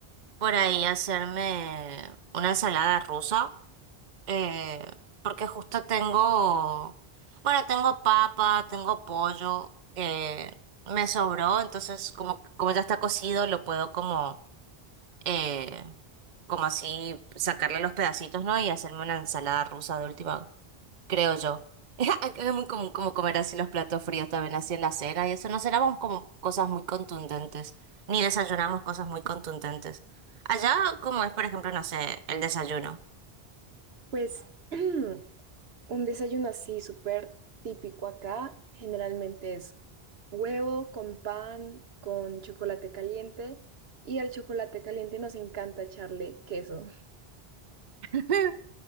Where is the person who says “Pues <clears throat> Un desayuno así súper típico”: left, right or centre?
Right